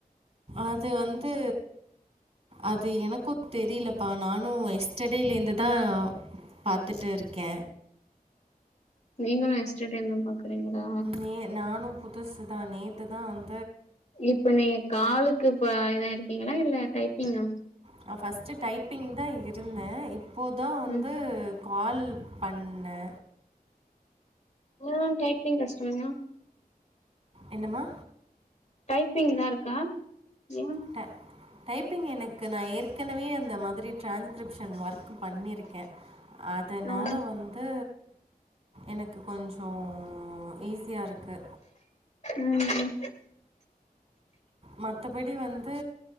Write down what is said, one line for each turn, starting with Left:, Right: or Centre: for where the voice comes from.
Right: அது வந்து அது எனக்கு தெரிலப்பா நானு எஸ்டர்டேலேந்துதா பாத்துட்டு இருக்கே
Left: நீங்களு எஸ்டடேந்தா பாக்குறீங்ளா?
Right: நே நானு புதுசு தா நேத்து தா வந்
Left: இப்ப நீங்க காலுக்கு <unintelligible> இரு க்கிங்களா இல்ல டைப்பிங்கா
Right: நா பர்ஸ்ட்டு டைப்பிங் தா இருந்தே‌ இப் போதா வந்து
Left: ம்
Right: கால் பண்ணெ
Left: மொதலா டைப்பிங் கஷ்டம்னா
Right: என்னம்மா
Left: டைப்பிங்தா இருக்கா ஏ
Right: ட டைப்பிங் எனக்கு நா ஏற் கனவே அந்த மாதிரி ட்ரான்ஸ்கிரிப்ஷன் ஒர்க்கு பண்ணிருக்கே அதனால
Left: ஓ
Right: வந்து எனக்கு கொஞ்சோ ஈஸியா இருக்கு
Left: ம்
Right: மத்தபடி வந்து